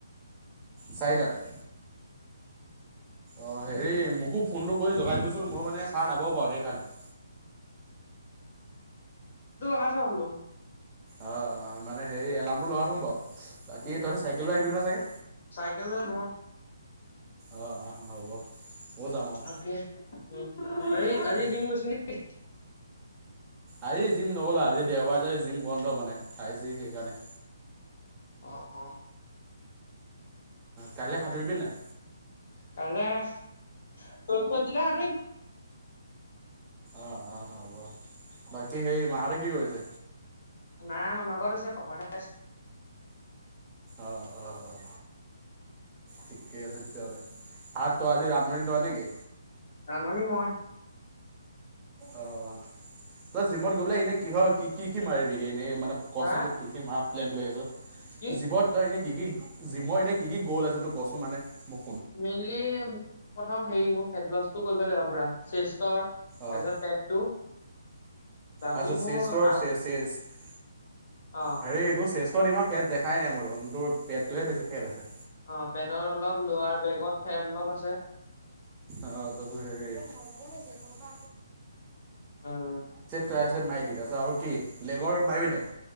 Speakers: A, on the right; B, on the left.
A: চাৰিটাত? অ' হেৰি মোকো ফোনটো কৰি জগাই দিবিচোন মই মানে সাৰ নাপাবও পাৰো সেইকাৰণে। <inaudible>
B: টো লগাই থ বোলো।
A: অ' অ' মানে হেৰি এলাৰ্মটো লগাই থম বাৰু। বাকী
B: উম,
A: তহঁতি চাইকেল লৈ আহিবি নহয় চাগে
B: চাইকেল নে
A: অ' অ' হ'ব। ময়ো যাম অঁ
B: তাকে, উ, হেৰি
A: অঁ তাকে
B: আজি জিম গৈছিলি নিকি?
A: আজি জিম নগ'লো, আজি দেওবাৰ যে আজি জিম বন্ধ মানে আজি সেইকাৰণে।
B: অ অ
A: কাইলে সাঁতুৰিবি নে নাই?
B: কাইলে <unintelligible>
A: অ' অ' অ' বাকি সেই মাহঁতে কি কৰিছে?
B: মা মামাৰ ঘৰত আছে, পাপাহে আছে।
A: অ' অ' অ' ঠিকেই আছে তেতিয়াহ'লে। ভাত তই আজি ৰান্ধনি তই নেকি?
B: ৰান্ধনি মই।
A: অ' তই জিমত গৈ পেলাই এনে কিহৰ কি কি কি মাৰিবিগে এনে? এই মানে কছোন
B: হা
A: তই কি কি মাৰাৰ প্লেন কৰি আছ?
B: কি
A: জিমত তই এনে কি কি জিমৰ এনেই কি কি গ'ল আছে তই কছোন মানে মোক
B: মেইনলি মোৰ প্ৰথম হেৰি মোৰ ফেট লছটো কৰিব লাগিব পুৰা চেছ। ফেটৰ তাৰ
A: অঁ
B: পাছত পেটটো বাকী
A: আচ্ছা
B: মোৰ
A: চেষ্টৰ
B: আ
A: চে চেষ্ট
B: অ
A: হেৰি তোৰ চেষ্টত ইমান ফেট দেখাই নাই মই দেখোন, তোৰ পেটটোহে বেছি ফেট আছে।
B: অ' পেটৰ অলপ ল'ৱাৰ বেকত ফেট অলপ আছে।
A: অ' তাৰ পিছত হেৰি বাইছেপ
B: উম
A: তাইছেপ মাৰিলি তাৰ পিছত আৰু কি, লেগৰ মাৰিবি নে নাই?